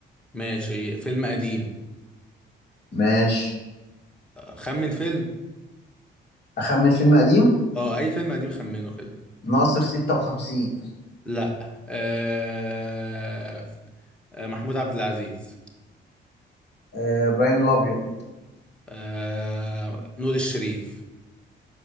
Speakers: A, in the centre; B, on the left.
A: ماشي فيلم قديم
B: ماشي
A: خمن فيلم
B: اخمن فيلم قديم
A: اه اي فيلم قديم خمنه كده
B: ناصر 56
A: لا آه... ف- آه، محمود عبد العزيز
B: آه، ابراهيم الابيض
A: آه... نور الشريف